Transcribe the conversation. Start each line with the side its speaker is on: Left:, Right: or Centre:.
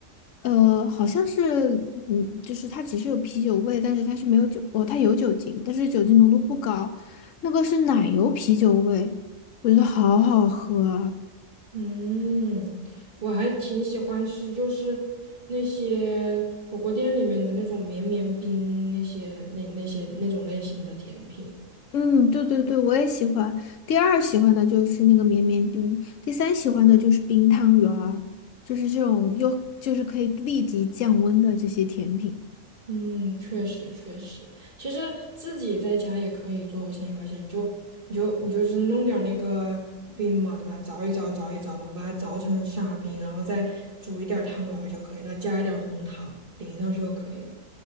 Left: 呃，好像是，嗯，就是它只是有啤酒味，但是它是没有酒，哦，它有酒精，但是酒精浓度不高，那个是奶油啤酒味，我觉得好好喝啊。
Right: 嗯，我还挺喜欢吃，就是那些火锅店里面的那种绵绵冰，那些那那些那种类型的甜品。
Left: 嗯，对对对，我也喜欢。第二喜欢的就是那个绵绵冰，第三喜欢的就是冰汤圆儿，就是这种又就是可以立即降温的这些甜品。
Right: 嗯，确实确实，其实自己在家也可以做。我现在发现，你就你就你就是弄点儿那个冰嘛，对吧？凿一凿，凿一凿嘛，把它凿成沙冰，然后再煮一点儿汤圆儿就可以了，加一点儿红糖淋上去就可以了。